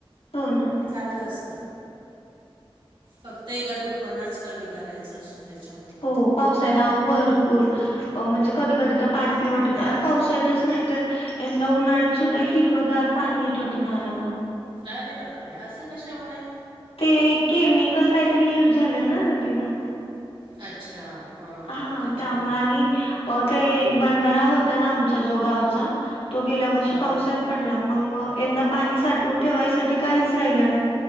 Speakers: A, on the left (about 80°); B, on the right (about 60°).
A: हो ना.
B: चांगलं असतं, फक्त हे गढूळपणाच कमी करायचं असतो त्याच्यामध्ये
A: हो पावआल्यात अहो भरपूर अ म्हणजे कधी कधी तर पाणी पिउ वाटण नाही आणि पावसाळ्यातच नाही तर यंदा उन्हाळ्यात सुद्धा हिरवगार पाणी येत होतं नळाला
B: अरे बापरे असं कशामुळे!
A: ते केमिकल काहीतरी युज झालेल ना नदीला
B: अच्छा. हां
A: हा
B: हां त्याच्यामुळे
A: त्यामुळे आणि
B: का
A: आ ते बंधारा होता ना आमचा जो गावचा तो गेल्या वर्षी
B: हां
A: पावसात
B: हां
A: पडला मग यंदा पाणी साठून ठेवाय साठी काहीच राहिल नाही